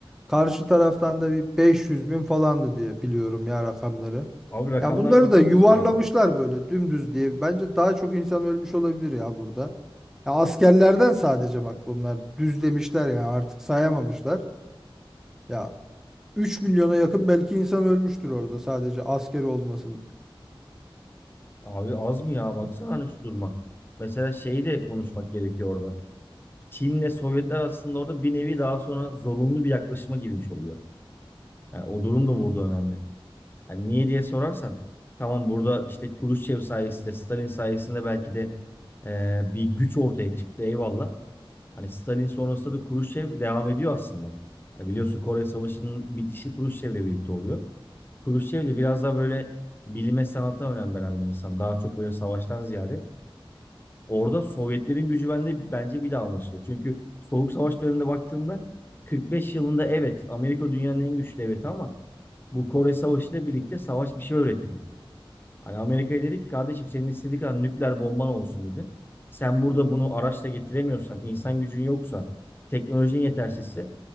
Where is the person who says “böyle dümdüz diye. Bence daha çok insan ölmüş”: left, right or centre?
Centre